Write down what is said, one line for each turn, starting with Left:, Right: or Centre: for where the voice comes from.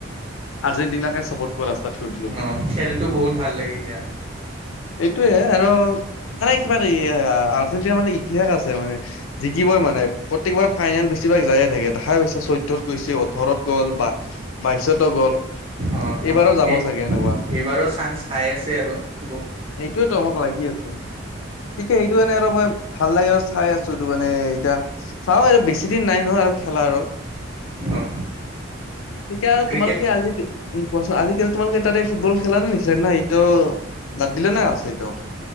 Left: আৰ্জেণ্টিনাকে চপৰ্ট ক ৰাস্তাত কৰ
Right: অ' খেলটো বহুত ভাল লাগে ইয়াত।
Left: এইটোয়ে আৰু মানে কিবা এ আৰ্জেণ্টিনাৰ মানে ইতিহাস আছে মানে। জিকিবই মানে প্ৰত্যেকবাৰ ফাইনেল বেছিভাগ যায়ে থাকে ধাইছ চৈধত গৈছে ওঠৰত গ'ল বা। বাইশতো গ'ল।
Right: অ'অ'
Left: এইবাৰো যাব
Right: এই
Left: চাগে এনেকুৱা
Right: এইবাৰো চান্স হাই আছে আৰু গল
Left: সেইটোয়েতো মই ভয় লাগি আছে ঠিকেই সটো মানে আৰু মই ভাল লাগে আৰু চাই আছো এইটো মানে এয়া চাওঁ বেছি। সিদিন নাই নহয় আৰু খেলা আৰু।
Right: অ
Left: ঠিকে আৰু
Right: ক্ৰিকেট
Left: তোমাল কি আজি উম, কোৱাচোন আজিকালি তোমালোকে তাতে ফুটবল খেলা নে নিচিনে না এইটো বাদ দিলে নে আছে এইটো।